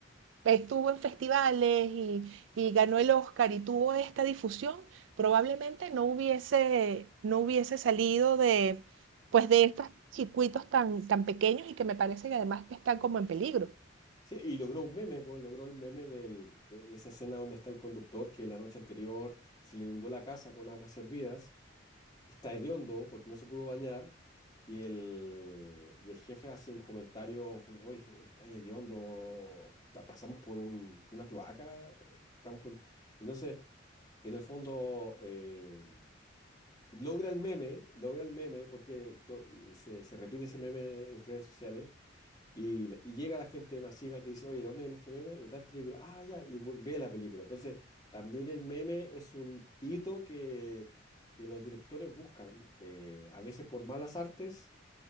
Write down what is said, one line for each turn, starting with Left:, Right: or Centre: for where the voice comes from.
Right: estuvo en festivales y, y ganó el Oscar y tuvo esta difusión, probablemente no hubiese, no hubiese salido de, pues de estos circuitos tan, tan pequeños y que me parece que además que están como en peligro.
Left: Sí, y logró un meme, po, logró el meme del- de, de esa escena donde está el conductor que la noche anterior se le inundó la casa con aguas hervidas y está hediondo porque no se pudo bañar y el, y el jefe hace un comentario como, oye, está hediondo, ta- pasamos por un- una cloaca, estamos con... Entonces, en el fondo, eh, logra el meme, logra el meme porque tú- se, se repite ese meme en redes sociales y, y llega la gente masiva que dice, oye, ¿de dónde viene este meme? De tal película. Ah, ya, y vu- ve la película. Entonces, también el meme es un hito que, que los directores buscan, eh, a veces por malas artes,